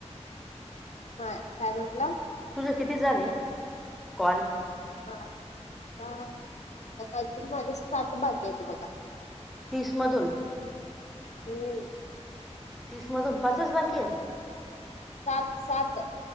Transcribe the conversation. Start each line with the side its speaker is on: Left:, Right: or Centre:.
Left: हा काय म्हणला.
Centre: तुझं किती झाले कॉल
Left: हा अजून माझे सात बाकी आहेत बघा
Centre: तीसमधून
Left: हम्म.
Centre: तीसमधून पाच च बाकी आहेत.
Left: सात सात